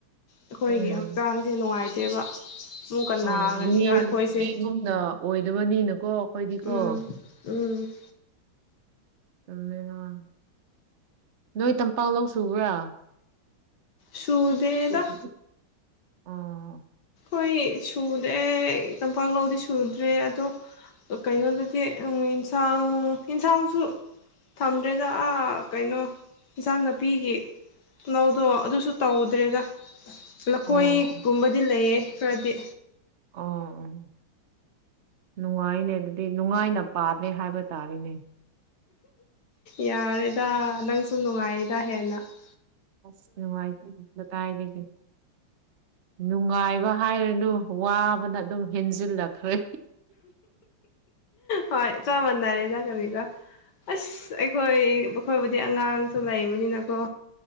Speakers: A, on the left; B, on the right.
A: ꯑꯩꯈꯣꯏꯒꯤ
B: ꯎꯝ
A: ꯍꯛꯆꯥꯡꯁꯦ ꯅꯨꯡꯉꯥꯏꯇꯦꯕ꯫ ꯑꯃꯨꯛꯀ
B: ꯑꯣ
A: ꯅꯥꯒꯅꯤꯒ
B: ꯃꯤ
A: ꯑꯩꯈꯣꯏꯁꯦ
B: ꯃꯤꯒꯨꯝꯅ ꯑꯣꯏꯗꯕꯅꯤꯅꯀꯣ ꯑꯩꯈꯣꯏꯗꯤꯀꯣ-
A: ꯎꯝ
B: --
A: ꯎꯝ꯫
B: ꯆꯨꯝꯃꯦ ꯍꯣꯏ ꯅꯣꯏ ꯇꯝꯄꯥꯛ ꯂꯧ ꯁꯨꯕ꯭ꯔꯥ- --
A: ꯁꯨꯗꯦꯗ
B: ꯑꯥ- --
A: ꯑꯩꯈꯣꯏ ꯁꯨꯗ꯭ꯔꯦ ꯇꯝꯄꯥꯛ ꯂꯥꯎꯗꯤ ꯁꯨꯗ꯭ꯔꯦ ꯑꯗꯣ- -- ꯑ ꯀꯩꯅꯣꯗꯗꯤ ꯑꯦꯟꯁꯥꯡ ꯑꯦꯟꯁꯥꯡꯁꯨ- -- ꯊꯝꯗ꯭ꯔꯦꯗꯥ ꯀꯩꯅꯣ ꯏꯟꯁꯥꯡ ꯅꯥꯄꯤꯒꯤ- -- ꯂꯧꯗꫭ ꯑꯗꯨꯁꯨ ꯇꯧꯗ꯭ꯔꯦꯗ ꯂꯐꯣꯏꯒꯨꯝꯕꯗꯤ
B: ꯑꯣ
A: ꯂꯩꯌꯦ ꯈꯔꯗꯤ꯫
B: ꯑꫭ- -- <unintelligible> ꯅꯨꯡꯉꯥꯏꯅꯦ ꯑꯗꯨꯗꯤ ꯅꯨꯡꯉꯥꯏꯅ ꯄꯥꯜꯂꯦ ꯍꯥꯏꯕ ꯇꯥꯔꯦꯅꯦ꯫
A: ꯌꯥꯔꯦꯗ ꯅꯪꯁꯨ ꯅꯨꯡꯉꯥꯏꯌꯦꯗ ꯍꯦꯟꯅ- --
B: ꯑꯨꯝ ꯅꯨꯡꯥꯏꯇꯦ ꯀꯗꯥꯏꯗꯒ- -- ꯅꯨꯡꯉꯥꯏꯕ ꯍꯥꯏꯔꯅꯨ ꯋꯥꯕꯅ ꯑꯗꯨꯝ ꯍꯦꯟꯖꯤꯜꯂꯛꯈ꯭ꯔꯦ꯫
A: ꯍꯣꯏ ꯆꯥꯞꯃꯅꯔꯦ꯫ ꯅꯤꯒ ꯑꯁ ꯑꯩꯈꯣꯏ ꯑꯩꯣꯏꯕꯨꯗꯤ ꯑꯉꯥꯡ ꯁꯨ ꯂꯩꯕꯅꯤꯅꯀꯣ